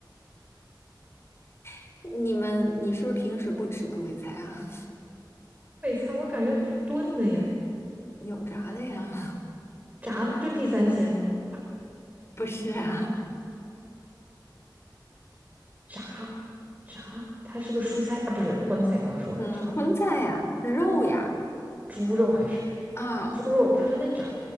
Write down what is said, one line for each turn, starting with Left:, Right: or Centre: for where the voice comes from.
Left: <laughs> 你们，你是不是平时不吃东北菜啊？
Right: 北菜我感觉都是炖的呀，
Left: 有炸的呀，
Right: 炸的不就地三鲜吗？
Left: <laughs> 不是啊，
Right: 炸炸，它是个蔬菜啊，不是荤菜，刚刚说了炸
Left: 嗯，荤菜呀，肉呀，
Right: 猪肉还是
Left: 啊
Right: 猪肉，它还能炸